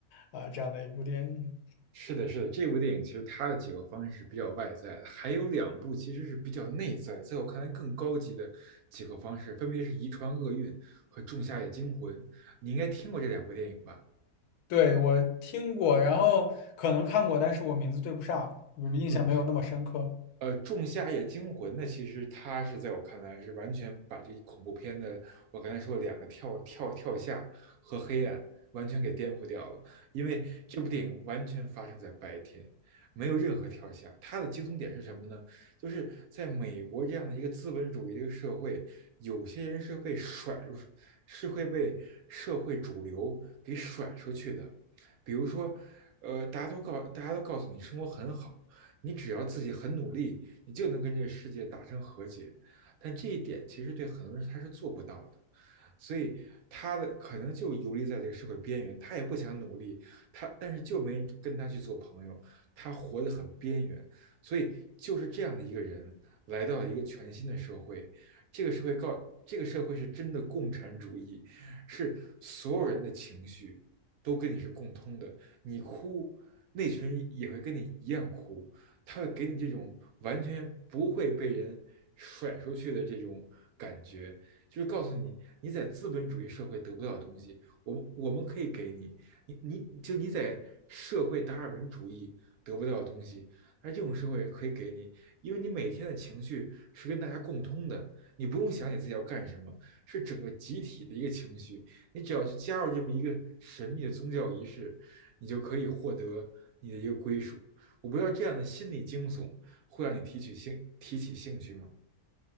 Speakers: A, on the left; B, on the right.
A: 啊呃这样的一部电影。
B: 是的，是的，这部电影其实它的几个方式是比较外在的，还有两部其实是比较内在，在我看来更高级的几个方式，分别是《遗传厄运》和《仲夏夜惊魂》。你应该听过这两部电影吧？
A: 对，我听过，然后可能看过，但是我名字对不上，我印象没有那么深刻。
B: 嗯，呃，《仲夏夜惊魂》呢，其实它是在我看来是完全把这恐怖片的我刚才说两个跳跳跳下和黑暗完全给颠覆掉了，因为这部电影完全发生在白天，没有任何跳下。它的惊悚点是什么呢？就是在美国这样的一个资本主义的一个社会，有些人是被甩入，是会被社会主流给甩出去的。比如说，呃，大家都告大家都告诉你生活很好。你只要自己很努力，你就能跟这个世界达成和解。但这一点其实对很多人他是做不到的。所以他的可能就游离在这个社会边缘，他也不想努力，他但是就没人跟他去做朋友，他活得很边缘，所以就是这样的一个人来到了一个全新的社会，这个社会告这个社会是真的共产主义，是所有人的情绪都跟你是共通的，你哭，那群人也会跟你一样哭，他会给你这种完全不会被人甩出去的这种感觉，就是告诉你，你在资本主义社会得不到的东西，我们我们可以给你，你你就你在社会达尔文主义得不到的东西，而这种社会可以给你，因为你每天的情绪是跟大家共通的，你不用想你自己要干什么，是整个集体的一个情绪，你只要去加入这么一个神秘的宗教仪式，你就可以获得你的一个归属。我不知道这样的心理惊悚会让你提起兴提起兴趣吗？